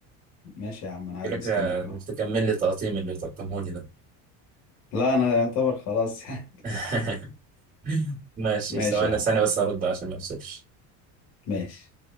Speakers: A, on the left (about 65°); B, on the right (about 20°).
A: ماشي يا عم انا قاعد
B: اجي لك
A: مستنيك
B: آه،
A: اهو
B: تكمل لي تقطيم اللي تقطمه لي ده
A: لا انا يعتبر خلاص <laughs> يعني
B: <laughs> ماشي
A: ماشي
B: ثواني
A: يا عم
B: ثانيه بس هرد عشان ما افصلش
A: ماشي